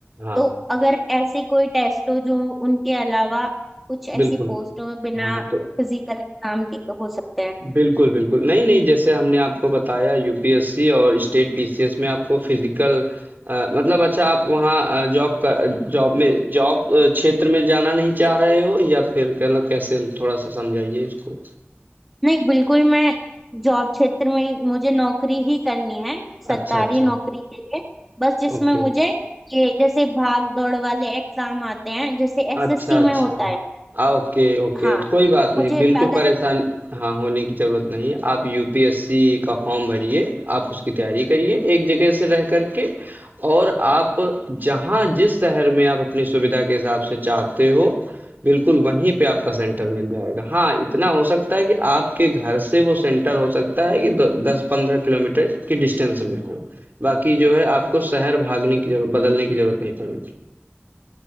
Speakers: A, on the right; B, in the centre.
A: हाँ
B: तो अगर ऐसी कोई टेस्ट हो जो उनके अलावा कुछ
A: बिल्कुल।
B: ऐसी पोस्ट हो बिना
A: हाँ, तो
B: फिजिकल एग्जाम के हो सकते हैं
A: बिल्कुल, बिल्कुल। नहीं, नहीं, जैसे हमने आपको बताया यूपीएससी और स्टेट पीसीएस में आपको फिज़िकल अ, मतलब अच्छा आप वहाँ अ, जॉब का जॉब में जॉब अ, क्षेत्र में जाना नहीं चाह रहे हो या फिर मतलब कैसे थोड़ा-सा समझाइए इसको?
B: नहीं बिल्कुल मैं जॉब क्षेत्र में ही- मुझे नौकरी ही करनी है सरकारी
A: अच्छा, अच्छा।
B: नौकरी के लिए बस जिसमें
A: ओके।
B: मुझे ये जैसे भाग दौड़ वाले एग्जाम आते हैं जैसे एसएससी
A: अच्छा, अच्छा।
B: में होता है
A: अ, Okay, okay.
B: हाँ
A: तो कोई बात नहीं,
B: मुझे
A: बिल्कुल
B: अगर
A: परेशान हाँ, होने की ज़रूरत नहीं है। आप यूपीएससी का फॉर्म भरिए, आप उसकी तैयारी करिए एक जगह से रह कर के और आप जहाँ जिस शहर में आप अपनी सुविधा के हिसाब से चाहते हो, बिल्कुल वहीं पे आपका सेंटर मिल जाएगा। हाँ, इतना हो सकता है कि आपके घर से वो सेंटर हो सकता है कि द 10-15 किलोमीटर की डिस्टेंस में हो। बाकी जो है आपको शहर भागने की ज़रूरत बदलने की ज़रूरत नहीं पड़ेगी।